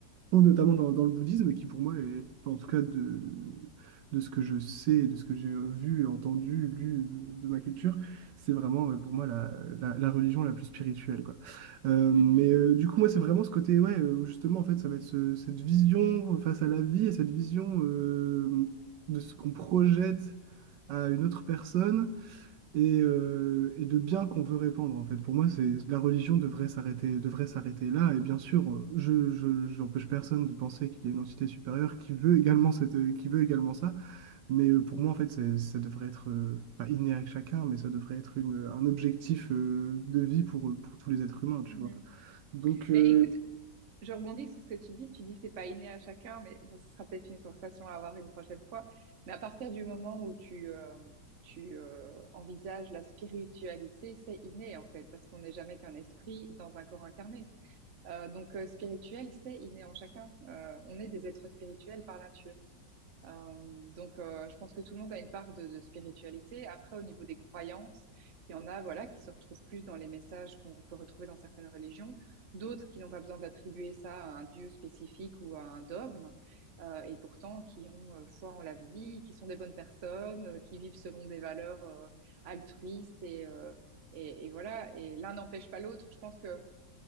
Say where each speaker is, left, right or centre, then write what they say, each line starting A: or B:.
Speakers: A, on the right; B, on the right.
A: ou notamment dans, dans le bouddhisme, qui pour moi est, enfin, en tout cas de, de ce que je sais, et de ce que j'ai vu, entendu, lu de ma culture, c'est vraiment ouais, pour moi la, la, la religion la plus spirituelle, quoi. Euh, mais
B: mhm,
A: euh, du coup, moi, c'est vraiment ce côté, ouais, euh, où justement, en fait, ça va être ce- cette vision face à la vie et cette vision euh, de ce qu'on projette à une autre personne et, euh, et de bien qu'on veut répandre en fait. Pour moi, c'est la religion devrait s'arrêter, devrait s'arrêter là. Et bien sûr, euh, je, je- j'empêche personne de penser qu'il y a une entité supérieure qui veut également cette, euh, qui veut également ça. Mais euh, pour moi, en fait, c'est- ça devrait être euh, pas inné à chacun, mais ça devrait être une, un objectif euh, de vie pour, euh, pour tous les êtres humains, tu
B: mhm,
A: vois.
B: mhm.
A: Donc, euh,
B: Ben, écoute, je rebondis sur ce que tu dis. Tu dis c'est pas inné à chacun, mais bon, ce sera peut-être une conversation à avoir une prochaine fois. Mais à partir du moment où tu, euh, tu euh, envisages la spiritualité, c'est inné en fait, parce qu'on n'est jamais qu'un esprit dans un corps incarné. Euh, donc euh, spirituel, c'est inné en chacun. Euh, on est des êtres spirituels par nature. Euh, donc, euh, je pense que tout le monde a une part de, de spiritualité. Après, au niveau des croyances, il y en a, voilà, qui se retrouvent plus dans les messages qu'on peut retrouver dans certaines religions, d'autres qui n'ont pas besoin d'attribuer ça à un dieu spécifique ou à un dogme, euh, et pourtant qui ont euh, foi en la vie, qui sont des bonnes personnes, euh, qui vivent selon des valeurs euh, altruistes et, euh, et, et voilà. Et l'un n'empêche pas l'autre. Je pense que